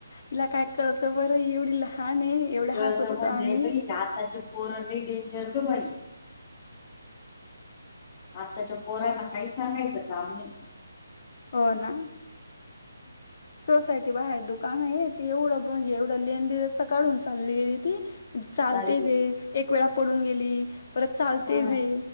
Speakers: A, on the left; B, on the left.
A: तीला काय कळत बरं एवढी लहान आहे. एवढं
B: कळत
A: हसत
B: म्हणजे
A: होतो आम्ही
B: बाई आताचे पोरले डेंचर ग बाई! आत्ताच्या पोरांना काही सांगायचं का आम्ही
A: हो ना सोसायटी बाहेर दुकान आहे ते एवढं म्हणजे एवढा लेंडी रस्ता काढून चालली गेली ती चालते
B: चालले
A: जे एक वेळा पडून गेली परत चालतेच
B: हा
A: ये